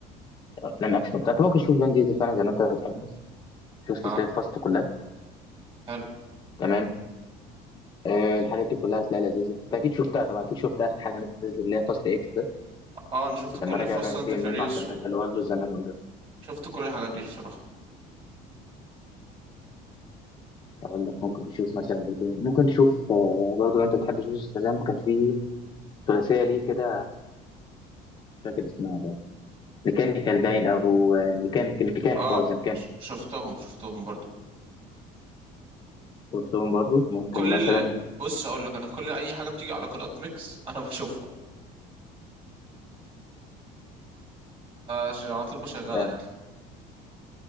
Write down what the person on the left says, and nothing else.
افلام اكشن بتاع انت ممكن تشوف فان ديزل فعلا زي ما انت بتحب تشوف سلسله
فاست كلها
تمام آه الحاجات دي كلها هتلاقيها لذيذه انت اكيد شفتها طبعا اكيد شفت اخر حاجه نزلت اللي هي فاست اكس ده
لما رجع
بقى ينتقم
منه عشان قتل والده زمان
أقول لك ممكن تشوف مثلا إيه تاني ممكن تشوف آه، برضه لو أنت بتحب سوسو السلام كان في ثلاثية ليه كده مش فاكر اسمها بقى ميكانيكال باين أو آه، ميكانيك الميكانيك
أو ميكانيك
شفتهم برضه ممكن
مثلا
فاهم